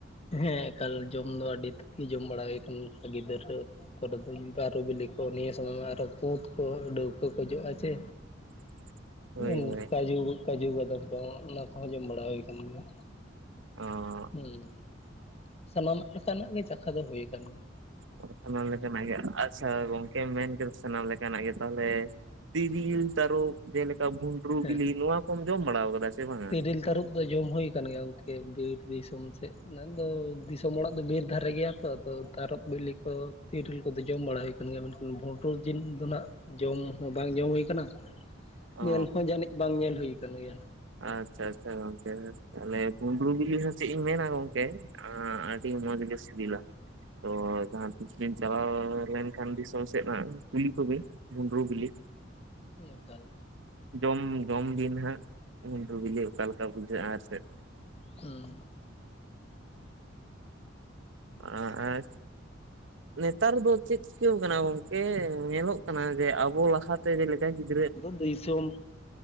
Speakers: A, on the left; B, on the right.
A: ᱦᱮᱸ ᱮᱠᱟᱞ ᱡᱚᱢ ᱫᱚ ᱟᱹᱰᱤ ᱛᱷᱤᱡ ᱜᱮ ᱡᱚᱢ ᱵᱟᱲᱟ ᱦᱩᱭ ᱟᱠᱟᱱ ᱜᱤᱫᱽᱟᱹᱨ ᱨᱮ ᱯᱚᱨᱮ ᱫᱚ ᱩᱱ ᱵᱟᱹᱨᱩ ᱵᱤᱞᱤ ᱠᱚ ᱱᱤᱭᱟᱹ ᱥᱚᱢᱚᱭ ᱢᱟ ᱟᱨᱚ ᱠᱩᱸᱫ ᱠᱚ ᱰᱟᱹᱣᱠᱟᱹ ᱠᱚ ᱡᱚᱜᱼᱟ ᱪᱮ
B: <inaudible>
A: ᱩᱱ
B: ᱦᱳᱭ
A: ᱠᱟᱹᱡᱩ ᱠᱟᱹᱡᱩ ᱵᱟᱫᱟᱢ ᱠᱚ ᱦᱟᱸ ᱚᱱᱟ ᱠᱚᱦᱚᱸ ᱡᱚᱢ ᱵᱟᱲᱟ ᱦᱩᱭ ᱠᱟᱱ ᱜᱮᱭᱟ
B: ᱚᱸ
A: ᱦᱩᱸ ᱥᱟᱱᱟᱢᱟᱜ ᱞᱮᱠᱟᱱᱟᱜ ᱜᱮ ᱪᱟᱠᱷᱟ ᱫᱚ ᱦᱩᱭ ᱟᱠᱟᱱ ᱜᱮ
B: ᱛᱚᱵᱮ ᱥᱟᱱᱟᱢ ᱞᱮᱠᱟᱱᱟᱜ ᱜᱮ ᱟᱪᱪᱷᱟ ᱜᱚᱢᱠᱮ ᱠᱮᱢ ᱢᱮᱱ ᱠᱮᱫᱟ ᱥᱟᱱᱟᱢ ᱞᱮᱠᱟᱱᱟᱜ ᱜᱮ ᱛᱟᱦᱚᱞᱮ ᱛᱤᱨᱤᱞ ᱛᱟᱹᱨᱚᱯ ᱡᱮᱞᱮᱠᱟ ᱵᱷᱩᱱ ᱰᱨᱩ
A: ᱦᱮᱸ
B: ᱵᱤᱞᱤ ᱱᱚᱣᱟ ᱠᱚᱢ ᱡᱚᱢ ᱵᱟᱲᱟᱣ ᱠᱟᱫᱟ ᱥᱮ ᱵᱟᱝᱟ?
A: ᱛᱤᱨᱤᱞ ᱛᱟᱹᱨᱩᱵ ᱫᱚ ᱡᱚᱢ ᱦᱩᱭ ᱟᱠᱟᱱ ᱜᱮᱭᱟ ᱜᱚᱢ ᱠᱮ ᱵᱤᱨ ᱫᱤᱥᱚᱢ ᱥᱮᱫ ᱚᱱᱟ ᱫᱚ ᱫᱤᱥᱚᱢ ᱚᱲᱟᱜ ᱫᱚ ᱵᱤᱨ ᱫᱷᱟᱨᱮ ᱜᱮᱭᱟ ᱛᱚ ᱟᱫᱚ ᱛᱟᱨᱚᱯ ᱵᱤᱞᱤ ᱠᱚ ᱛᱤᱨᱤᱞ ᱠᱚᱫᱚ ᱡᱚᱢ ᱵᱟᱲᱟ ᱦᱩᱭ ᱠᱟᱱ ᱜᱮᱭᱟ ᱢᱮᱱᱠᱷᱟᱱ ᱵᱷᱚᱸᱴᱩᱨ ᱡᱤᱞ ᱫᱚ ᱱᱟᱜ ᱡᱚᱢ ᱦᱚᱸ ᱵᱟᱝ ᱡᱚᱢ ᱦᱩᱭᱠᱟᱱᱟ
B: ᱚ
A: ᱧᱮᱞ ᱦᱚᱸ ᱡᱟᱹᱱᱤᱡ ᱵᱟᱝ ᱧᱮᱞ ᱦᱩᱭᱠᱟᱱ ᱜᱮᱭᱟ
B: ᱟᱪᱪᱷᱟ ᱟᱪᱪᱷᱟ ᱜᱚᱝᱠᱮ ᱛᱟᱦᱚᱞᱮ ᱵᱩᱸᱰᱨᱩ ᱵᱤᱞᱤ ᱦᱚᱸ ᱪᱮᱫ ᱤᱧ ᱢᱮᱱᱟ ᱜᱚᱢᱠᱮ ᱟᱹᱰᱤ ᱢᱚᱡᱽ ᱜᱮ ᱥᱤᱵᱤᱞᱟ ᱛᱚ ᱡᱟᱦᱟᱸ ᱛᱤᱥ ᱵᱤᱱ ᱪᱟᱞᱟᱣ ᱞᱮᱱᱠᱷᱟᱱ ᱫᱤᱥ ᱥᱚᱢ ᱥᱮᱫ ᱦᱟᱸᱜ ᱠᱩᱞᱤ ᱠᱚᱵᱤᱱ ᱵᱷᱩᱸᱰᱨᱩ ᱵᱤᱞᱤ
A: ᱦᱩᱢ ᱮᱠᱟᱞ
B: ᱡᱚᱢ ᱡᱚᱢ ᱵᱤᱱ ᱦᱟᱸᱜ ᱵᱷᱩᱸᱰᱨᱩ ᱵᱤᱞᱤ ᱚᱠᱟᱞᱮᱠᱟ ᱵᱩᱡᱷᱟᱹᱜᱼᱟ ᱟᱨ ᱥᱮᱫ
A: ᱦᱩᱸ
B: ᱟᱸ ᱟᱨ ᱱᱮᱛᱟᱨ ᱫᱚ ᱪᱮᱫ ᱪᱤᱠᱟᱹᱣᱠᱟᱱᱟ ᱜᱚᱝᱠᱮ ᱧᱮᱞᱚᱜ ᱠᱟᱱᱟ ᱡᱮ ᱟᱵᱚ ᱞᱟᱦᱟᱛᱮ ᱡᱮᱞᱮᱠᱟ ᱜᱤᱫ
A: ᱟᱫᱚ ᱫᱤᱥᱚᱢ